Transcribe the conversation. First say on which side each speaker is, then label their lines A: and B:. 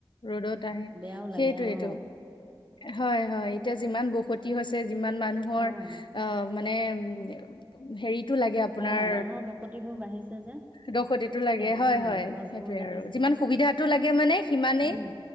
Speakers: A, on the left (about 65°); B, on the right (about 15°).
A: ৰ'দত আহে
B: বেয়াও লাগে
A: সেইটোৱেইটো
B: অ',
A: হয় হয়। এতিয়া যিমান বসতি হৈছে যিমান মানুহৰ
B: অ'।
A: আহ মানে উ হেৰিতটো লাগে আপোনাৰ।
B: অ', মানুহৰ বসতিবোৰ বাঢ়িছে যে
A: দসতিটো লাগে
B: এতিয়া
A: হয়
B: অ',
A: হয়
B: গছবোৰ
A: সেইটোয়ে
B: কাটিছে।
A: আৰু। যিমান সুবিধাটো লাগে মানে সিমানেই
B: উম,